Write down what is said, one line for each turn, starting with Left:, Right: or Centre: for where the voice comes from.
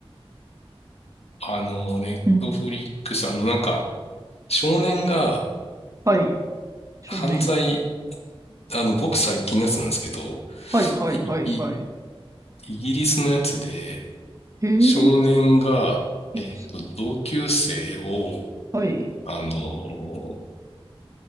Left: あの、ネットフリックス、
Right: うん。
Left: あの、なんか、少年が
Right: はい。少年。
Left: 犯罪、あの、ごく最近のやつなんですけど、
Right: はいはいはいはい。
Left: い、い、イギリスのやつで、
Right: えー、
Left: 少年が、
Right: いいっす
Left: えっと、同級生を、
Right: はい。
Left: あの